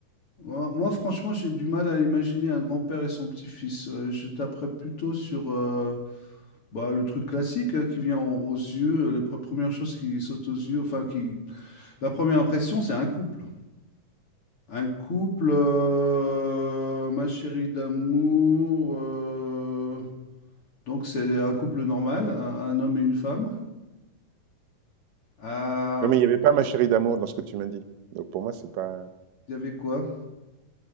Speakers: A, on the left; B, on the right.
A: moi, moi, franchement, j'ai du mal à imaginer un grand-père et son petit-fils. Euh, Je taperais plutôt sur euh, bah, le truc classique hein, qui vient aux aux yeux, les pre- premières choses qui sautent aux yeux, enfin, qui... la première impression, c'est un couple. Un couple, euh, ma chérie d'amour, euh, donc c'est un couple normal, un, un homme et une femme. Euh,
B: Non, mais il n'y avait pas ma chérie d'amour dans ce que tu m'as dit. Donc pour moi, c'est pas.
A: Il y avait quoi?